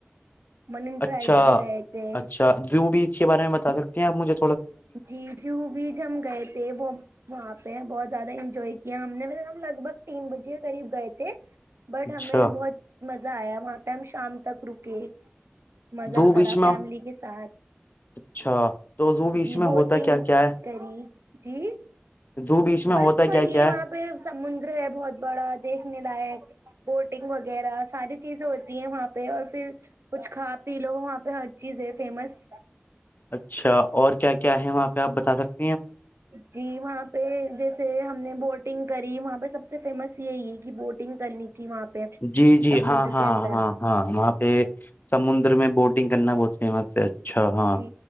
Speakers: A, on the right; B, on the left.
A: مرین ڈرائیو
B: اچھا
A: بھی گئے تھے
B: اچھا زو بیچ اس بارے میں بتا سکتے ہیں آپجھے
A: جی جوہ بیچ ہم گئے تھے وہ وہاں پہ بہت زیادہ انجوائے کیا ہم نے ہم لگ بھگ تین بجے قریب گئے تھے بٹ
B: اچھا
A: ہمیں بہت مزہ آیا وہاں پہ ہم شام تک رکے مزہ
B: ز
A: کرا
B: بیچ میں
A: فیملی کے ساتھ
B: اچھا تو زو بیچ
A: جی
B: میں
A: بوٹنگ
B: ہوتا کیا کیا ہے
A: کری جی
B: زو بیچ میں
A: بس
B: ہوتا
A: وہ
B: کیا
A: یہ
B: کیا
A: وہاں
B: ہے
A: پہ سمندر ہے بہت بڑا دیکھنے لائق بوٹنگ وغیرہ ساری چیزیں ہوتی ہیں وہاں پہ اور پھر کچھ کھا پی لو وہاں پہ ہر چیز ہے فیمس
B: اچھا اور کیا کیا ہے وہاں پہ آپ بتا سکتے
A: جی وہاں پہ جیسے ہم نے بوٹنگ کری وہاں پہ سب سے فیمس یہی کہ بوٹنگ کرنی تھی وہاں پہ
B: جی جی
A: سمندر
B: ہاں ہاں
A: کے اندر
B: ہاں ہاں وہاں پہ سمندر میں بوٹنگ گننا بہت فیمس ہے اچھا ہاں
A: جی